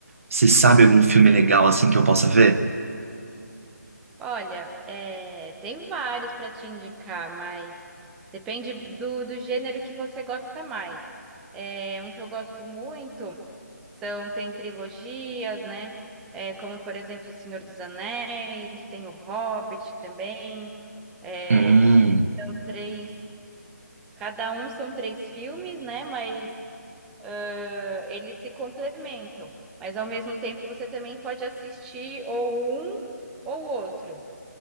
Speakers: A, on the right (about 50°); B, in the centre.
A: Você sabe algum filme legal assim que eu possa ver?
B: Olha, é, tem vários para te indicar, mas depende do, do gênero que você gosta mais. É, um que eu gosto muito são, tem trilogias, né? É, como, por exemplo, O Senhor dos Anéis, tem O Hobbit também. É,
A: Hum.
B: são três, cada um são três filmes, né? Mas ah, eles se complementam. Mas ao mesmo tempo você também pode assistir ou um ou outro.